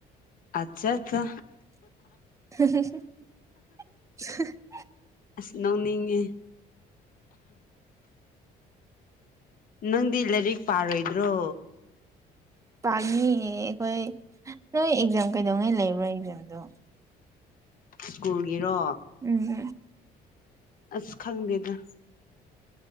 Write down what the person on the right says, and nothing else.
<unintelligible>
ꯄꯥꯅꯤꯌꯦ ꯑꯩꯈꯣꯏ ꯅꯣꯏ ꯑꯦꯛꯖꯥꯝ ꯀꯩꯗꯧꯉꯩ ꯂꯩꯕ꯭ꯔꯥ ꯑꯦꯛꯖꯥꯝꯗꯣ
ꯎꯝ ꯍꯨꯝ